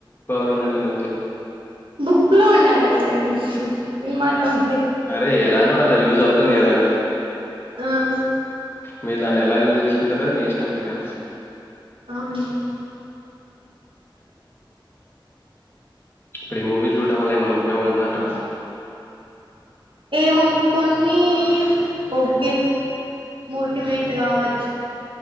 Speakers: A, on the left; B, on the right.
A: రన్నటున్నా అకు
B: కుక్కు లో ఉండాలి కదండి సినిమాల్లో ఉ
A: అరే ఎలాను అలా ూ చదువుతుంది కదాండి
B: హ్మ్మ్
A: మీరు దాన్ని ఎలా యూజ్ చేసుకుంటారో అది మీ ఇష్టం ఇంకా
B: అవును
A: ఇప్పుడు ఈ మూవీ చూడడం వల్ల ఏమన్నా ఉపయోగం ఉందంటారా
B: ఏమో కొన్ని ఓకే మోటివేట్ కావచ్చు